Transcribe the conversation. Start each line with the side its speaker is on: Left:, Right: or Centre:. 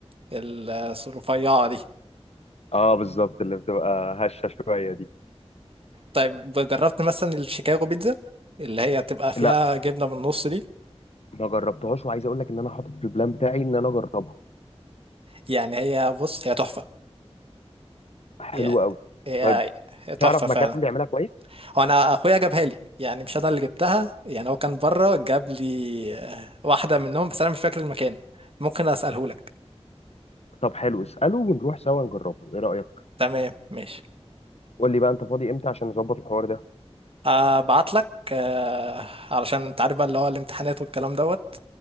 Right: ال- الرفيعه دي
Left: اه بالظبط اللي بتبقى هشه شويه دي
Right: طيب جربت مثلا الشيكاغو بيتزا اللي هي تبقى فيها
Left: لا
Right: جبنه من النص دي
Left: ما جربتهاش وعايز اقول لك ان انا حاطط في البلان بتاعي ان انا اجربها
Right: يعني هي بص هي تحفه
Left: حلوه
Right: هي
Left: قوي
Right: هي
Left: طيب
Right: هي تحفه
Left: تعرف
Right: فعلا
Left: مكان بيعملها كويس
Right: هو انا اخويا جابها لي يعني مش انا اللي جبتها يعني هو كان بره جاب لي آه، واحده منهم بس انا مش فاكر المكان ممكن اساله لك
Left: طب حلو اساله ونروح سوا نجربه ايه رايك
Right: تمام ماشي
Left: قول لي بقى انت فاضي امتى عشان نظبط الحوار ده
Right: ابعت لك آه، علشان انت عارف بقى اللي هو الامتحانات والكلام دوت